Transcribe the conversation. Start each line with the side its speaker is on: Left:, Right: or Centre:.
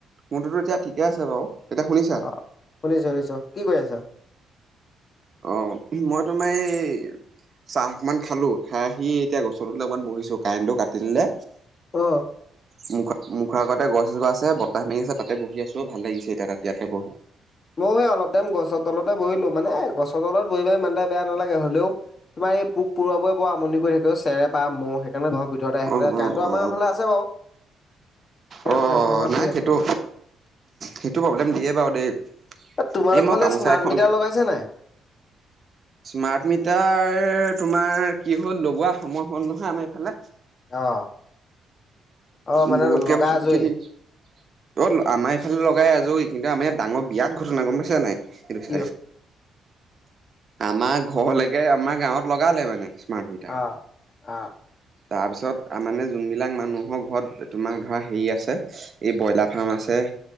Right: মোৰটোতো এতিয়া ঠিকে আছে বাওঁ এতিয়া শুনিছা
Left: অ 'শুনিছো শুনিছো, কি কৰি আছা?
Right: অ' মই তোমাৰ এই চাহ অকমান খালো খাই আহি এতিয়া গছৰ তলত অকমান বহিছো কাৰেণ্টটো কাটি দিলে।
Left: অ
Right: মুখত মুখৰ আগতে গছজোপা আছে বতাহ মাৰি আছে তাতে বহি আছো ভাল লাগিছে এতিয়া তাত ইয়াতে বহি-
Left: ময়ো সে অলপ টাইম গছৰ তলতে বহিলো মানে গছৰ তলত বহি বাই ইমানটা বেয়া নালাগে হলেও। তোমাৰ এই পোক পৰুৱাৰে বৰ আমনি কৰি থাকে অ চেৰেপা, মহ সেইকাৰণে ঘৰত- ভিতৰতে আহি
Right: অ
Left: পেলাই
Right: অ
Left: কাৰেণ্টো
Right: অ
Left: আমাৰ ফালে আছে বাৰু। এ
Right: অহ
Left: ফেনখন লগাই
Right: নাই
Left: শুই আছো
Right: সেইটো, সেইটো প্ৰব্লেম দিয়ে বাও দেই।
Left: তোমালোকৰ
Right: এই মই
Left: ফালে
Right: গামোচা
Left: স্মাৰ্ট
Right: এখন
Left: মিটাৰ লগাইছে নাই?
Right: স্মাৰ্ট মিটাৰ তোমাৰ কি হ'ল লগোৱা সময় হ'ল নহয় আমাৰ এইফালে।
Left: অ' অ মানে
Right: উ বৌৱ কেইবছৰ
Left: লগাই আজৰি
Right: কেইদিন অ 'আমাৰ এইফালে লগাই আজৈ কিন্তু আমাৰ ডাঙৰ বিয়ট ঘটনা গম পাইছা নাই সেইটো
Left: কি
Right: চাইদে
Left: হ'ল?
Right: আমাৰ ঘৰলেকে আমাৰ গাঁৱত লগালে মানে। Smart meter.
Left: অহ অ
Right: তাৰপিছত মানে যোনবিলাক মানুহৰ ঘৰত তোমাৰ ধৰা হেৰি আছে। এই ব্ৰইলাৰ ফাৰ্ম আছে।